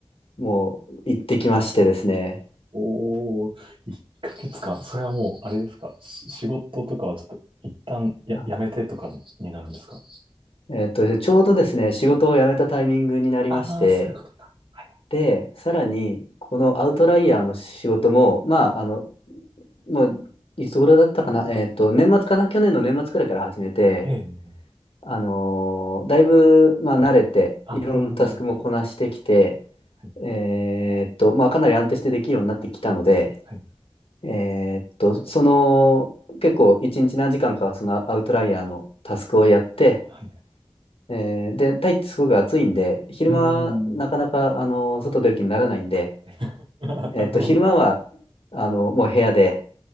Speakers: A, on the left (about 75°); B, on the right (about 60°).
A: う、もう行ってきましてですね、
B: おお、1ヶ月か。それはもう、あれですか。し仕事とかはちょっと、一旦や、
A: あ
B: やめてとかになるんですか
A: えっと、ちょうどですね、仕事を辞めたタイミングになりまして、
B: ああー、そういうことか。はい。
A: で、さらに、このアウトライヤーの仕事も、まあ、あの、もう、いつ頃だったかな、えっと、年末かな、去年の年末くらいから始めて、
B: ええ。
A: あのーだいぶ、まあ、慣れて、
B: ああ、
A: いろんなタスクもこなしてきて、
B: なるほど。はい、
A: えーっと、まあ、かなり安定してできるようになってきたので、
B: はい、
A: えーっと、その、結構、一日何時間か、そのアウトライヤーのタスクをやって、
B: はい。
A: えーで、タイってすごく暑いんで、昼間、
B: うー
A: なかなか、
B: ん。
A: あのー外出る気にならないんで、
B: <laughs> なるほど。
A: えっと、昼間は、あの、もう部屋で、